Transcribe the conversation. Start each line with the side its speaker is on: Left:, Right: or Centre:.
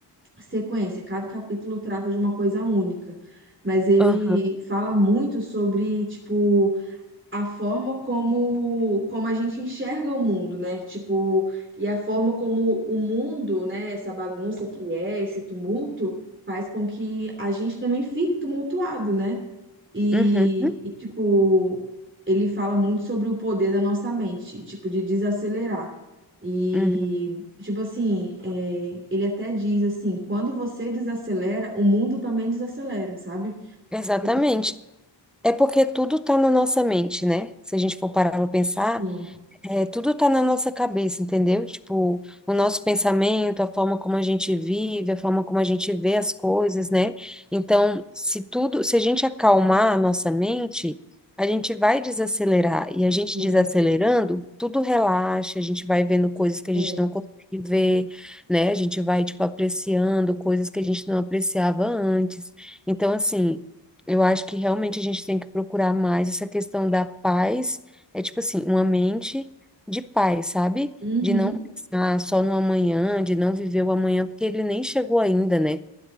Right: sequência. Cada capítulo trata de uma coisa única, mas ele
Centre: Aham.
Right: fala muito sobre, tipo, a forma como como a gente enxerga o mundo, né? Tipo, e a forma como o mundo, né, essa bagunça que é, esse tumulto, faz com que a gente também fique tumultuado, né? E,
Centre: Uhum.
Right: e, tipo, ele fala muito sobre o poder da nossa mente, tipo, de desacelerar. E,
Centre: Uhum.
Right: tipo assim, é, ele até diz assim, quando você desacelera, o mundo também desacelera, sabe?
Centre: Exatamente.
Right: Tipo,
Centre: É porque tudo está na nossa mente, né? Se a gente for parar para pensar,
Right: sim,
Centre: é, tudo tá na nossa cabeça, entendeu? Tipo, o nosso pensamento, a forma como a gente vive, a forma como a gente vê as coisas, né? Então, se tudo, se a gente acalmar a nossa mente, a gente vai desacelerar. E a gente
Right: sim,
Centre: desacelerando, tudo relaxa, a gente vai vendo coisas que a
Right: é.
Centre: gente não consegue ver, né? A gente vai, tipo, apreciando coisas que a gente não apreciava antes. Então, assim, eu acho que realmente a gente tem que procurar mais essa questão da paz. É tipo assim, uma mente de paz, sabe?
Right: Uhum,
Centre: De não pensar só no amanhã, de não viver o amanhã, porque ele nem chegou ainda, né?